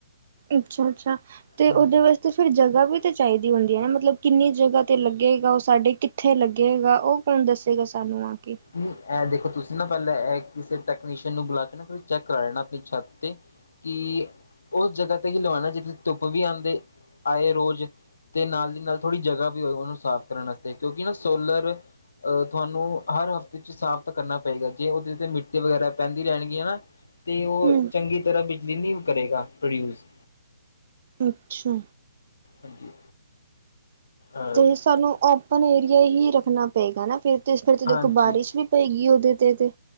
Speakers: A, on the right (about 50°); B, on the left (about 75°).
A: ਅੱਛਾ- ਅੱਛਾ, ਤੇ
B: ਹੁਣ
A: ਉਹਦੇ ਵਾਸਤੇ ਫਿਰ ਜਗ੍ਹਾ ਵੀ ਤਾਂ ਚਾਹੀਦੀ ਹੁੰਦੀ ਐ ਨਾ ਮਤਲਬ। ਕਿੰਨੀ ਜਗ੍ਹਾ ਤੇ ਲੱਗੇਗਾ, ਉਹ ਸਾਡੇ ਕਿੱਥੇ ਲੱਗੇਗਾ, ਉਹ ਕੌਣ ਦੱਸੇਗਾ ਸਾਨੂੰ ਆ ਕੇ।
B: ਇਹ ਦੇਖੋ ਤੁਸੀਂ ਨਾ ਪਹਿਲਾਂ ਇਹ ਕਿਸੇ ਟੈਕਨੀਸ਼ੀਅਨ ਨੂੰ ਬੁਲਾ ਕੇ ਨਾ, ਫਿਰ ਚੈੱਕ ਕਰਾ ਲੈਣਾ ਆਪਣੀ ਛੱਤ ਤੇ ਕੀ ਉਹ ਜਗਾ ਤੇ ਹੀ ਲਵਾਣਾ, ਜਿੱਥੇ ਧੁੱਪ ਵੀ ਆਂਦੇ ਆਏ ਰੋਜ਼, ਤੇ ਨਾਲ ਦੀ ਨਾਲ ਥੋੜ੍ਹੀ ਜਗ੍ਹਾ ਵੀ ਹੋਏ ਉਹਨੂੰ ਸਾਫ਼ ਕਰਨ ਵਾਸਤੇ, ਕਿਉਂਕਿ ਨਾ ਸੋਲਰ ਅ ਥਹਾਨੂੰ। ਹਰ ਹਫ਼ਤੇ ਚ ਸਾਫ਼ ਤਾਂ ਕਰਨਾ ਪਏਗਾ, ਜੇ ਉਹਦੇ ਤੇ ਮਿੱਟੀ ਵਗੈਰਾ ਪੈਂਦੀ ਰਹਿਣਗੀਆਂ ਨਾ ਤੇ ਉਹ
A: ਹੂੰ,
B: ਚੰਗੀ ਤਰ੍ਹਾਂ ਬਿਜਲੀ ਨਹੀਂ ਕਰੇਗਾ, ਪ੍ਰੋਡਿਊਸ।
A: ਅੱਛਾ।
B: ਹਾਂਜੀ। ਅਹ
A: ਤੇ ਸਾਨੂੰ ਓਪਨ ਏਰੀਆ ਹੀ ਰੱਖਣਾ ਪਏਗਾ ਨਾ, ਫੇਰ ਤੇ ਫਿਰ ਤੇ ਦੇਖੋ
B: ਹਾਂਜੀ
A: ਬਾਰਿਸ਼ ਵੀ ਪਏਗੀ ਉਹਦੇ ਤੇ-ਤੇ